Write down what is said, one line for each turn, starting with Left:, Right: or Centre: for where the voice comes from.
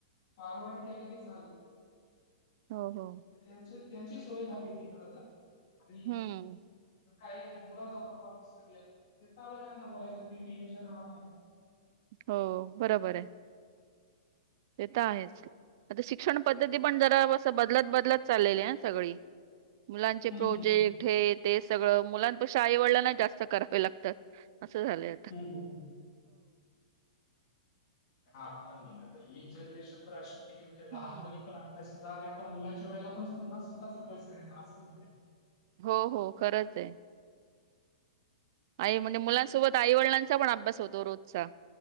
Left: फौरवड केलं की झालं.
Right: हो हो.
Left: त्यां त्यांची सोय झाली ती खर तर आणि
Right: हम्म
Left: काही मुलाचा प्रफॉर्मन्स असतलकांना बोलायचं टीच्या नाव
Right: हो बरोबर आहे. ते तर आहेच. आता शिक्षण पद्धती पण जरा अससं बदलत बदलत चाललेली आहे. सगळी मुलांचे
Left: हम्म
Right: प्रोजेक्ट
Left: हम्म
Right: कुठे ते सगळं मुलांपेक्षा आई वडिलांना जास्त करावे लागतात असं झाले.
Left: हम् हम ह. हा अ ना ही जनरेशन तर अशी होती की म्हणजे लहानपणी
Right: हम्म
Left: प्र अभ्यास केला आणि आता मुलांच्या वेळेला पण पुन्हा स्वतःच अभ्यास कचा असं.
Right: हो हो खरंच आहे. आई म्हणजे मुलांसोबत आई वडिलांचा पण अभ्यास होतो रोजचा